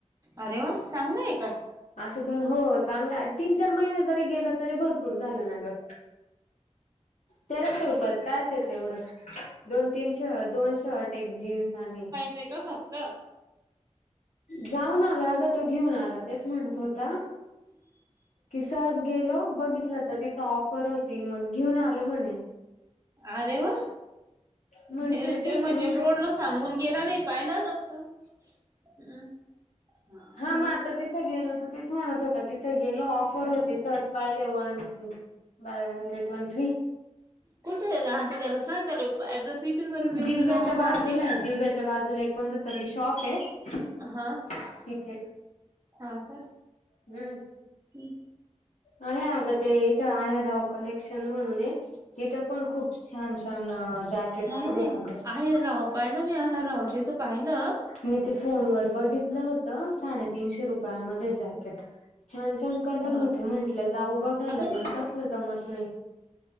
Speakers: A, on the right; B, on the left.
A: अरे वा चांगलं आहे का.
B: असे बर हो चांगलं तीन चार महिने जरी गेला तरी भरपूर झालं ना ग. तेराशे रुपयात कायच येत एवढं. दोन तीन श दोन शर्ट एक जीन्स आणि..
A: चे का फक्. त.
B: जाऊन आला अग तो घेऊन आला तेच म्हणत होता.
A: <inaudible>
B: की सहज गेलो बघितलं तर तिथं ऑफर होती मग घेऊन आलो म्हणे.
A: अरे वा
B: म्हंटलं
A: हे ते
B: ठीक
A: म्हणजे
B: आहे मग
A: रोड
B: काय
A: ला सांगून गेला नाही. पाहिला नत हम् हम्.
B: हा मग आता तिथं गेलं तर ते. म्हणत होता तिथे गेलो ऑफर होते सहज पाहिले one. Buy one get one free.
A: कुठे राहते त्याला सांग त्याला ऍड्रेस विचार बर मी उद्या
B: दिव्याच्या
A: जाऊन पाहते.
B: बाजूला आहे दिव्याच्या बाजूला एक कोणत तरी शॉप आहे
A: हा.
B: तिथे.
A: हा का
B: हम्म
A: ह.
B: आहे अगं ते इथं आहे राहू कलेक्शन म्हणून ये तिथं. पण खूप छान छान जॅकेट
A: नाही
B: आले
A: नाही
B: अगं
A: आहेरराव पाहिलं मी आ रावचेच पाहिलं
B: मी ते फोन वर बघितलं होत तीनशे रुपया मध्ये जॅकेट छान छान कलर
A: हा
B: होते
A: का
B: म्हटलं जाऊ बघायला
A: आता नाही
B: पण होय जमत नाही